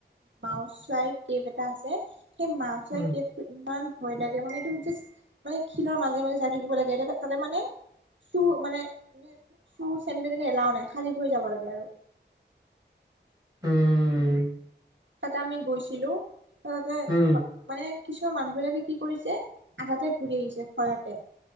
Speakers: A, on the right; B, on the right.
A: মাওচই কেব এটা আছে। সেই মাওজকেবটো
B: উম,
A: ইমান ভয় লাগে মানে এইটো জাষ্ট মানে শিলৰ মাজে-মাজে যায় থাকিব লাগে এনে। তাতে মানে সু মানে সু চেণ্ডেল এলাও নাই সাজি ভৰি যাব লাগে আৰু।
B: উম,
A: তাতে আমি গৈছিলো। তাতে
B: উম,
A: মানে কিছুমান মানুহ বিলাকে কি কৰিছে আধাতে ঘূৰি আহিছে ভয়তে।